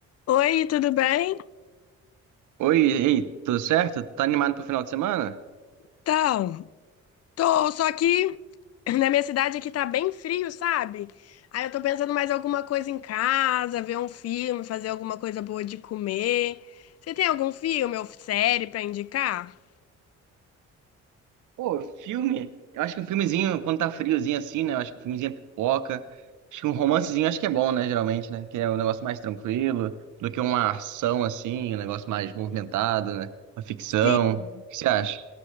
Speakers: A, on the left (about 55°); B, on the right (about 80°).
A: Oi, tudo bem?
B: Oi, ei, tudo certo? Tá animado pro final de semana?
A: Então, tô só aqui. na minha cidade aqui tá bem frio, sabe? Aí eu tô pensando mais alguma coisa em casa, ver um filme, fazer alguma coisa boa de comer. Você tem algum filme ou série pra indicar?
B: Pô, filme? Eu acho que um filmezinho, quando tá friozinho assim, né? Eu acho que um filmezinho é pipoca. Acho que um romancezinho acho que é bom, né? Geralmente, né? Que é um negócio mais tranquilo do que uma ação assim, um negócio mais movimentado, né? Uma ficção.
A: Sim.
B: O que você acha?